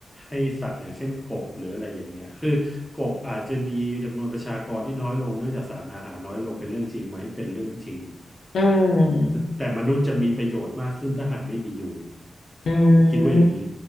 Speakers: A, in the centre; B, on the left.
A: ให้สัตว์อย่างเช่นกบหรืออะไรอย่างเงี้ยคือกบอาจจะมีจำนวนประชากรที่น้อยลงเนื่องจากสารอาหารน้อยลงเป็นเรื่องจริงไหมเป็นเรื่องที่จริง
B: อืม
A: แต่แต่มนุษย์จะมีประโยชน์มากขึ้นถ้าหากไม่มียุง
B: อื
A: ผมคิดว่าอย่างนี้
B: ม